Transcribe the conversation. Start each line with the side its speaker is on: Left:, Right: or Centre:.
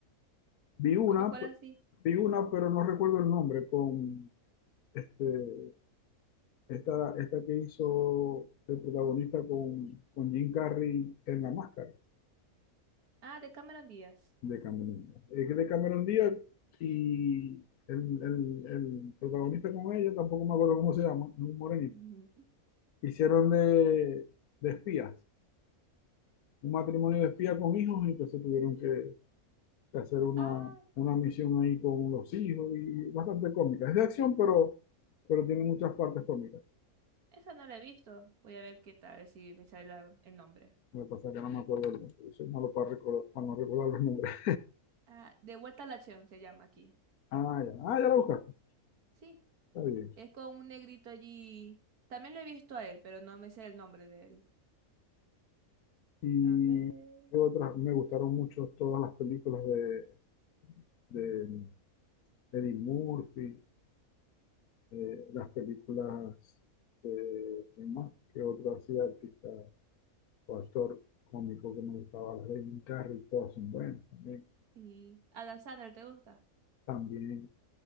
Left: Vi una,
Right: como cuál así?
Left: vi una, pero no recuerdo el nombre, con este, esta, esta que hizo el protagonista con, con Jim Carrey en La Máscara
Right: Ah, de Cameron Díaz.
Left: de Cameron Díaz. Es de Cameron Díaz y el, el, el protagonista con ella, tampoco me acuerdo cómo se llama, es un morenito
Right: <laughs> Mm,
Left: hicieron de, de espías, un matrimonio de espías con hijos, y entonces tuvieron que, que hacer una,
Right: Ah,
Left: una misión ahí con los hijos y bastante cómica. Es de acción, pero, pero tiene muchas partes cómicas.
Right: esa no la he visto. Voy a ver qué tal, a ver si me sale la- el nombre.
Left: Lo que pasa es que no me acuerdo el nombre, yo soy malo para, recordar, para no recordar los nombres.
Right: Ah, De vuelta a la acción se llama aquí.
Left: Ah, ya, ah, ya la buscaste,
Right: Sí,
Left: está bien.
Right: es con un negrito allí. También lo he visto a él, pero no me sé el nombre de él.
Left: Y
Right: A ver.
Left: qué otras, me gustaron mucho todas las películas de, de Eddie Murphy, eh, las películas de, ¿quién más? ¿Qué otro así artista? actor cómico que me gustaba, Raymond Carrey, todas son buenas también.
Right: Y Adam Sandler, ¿te gusta?
Left: También,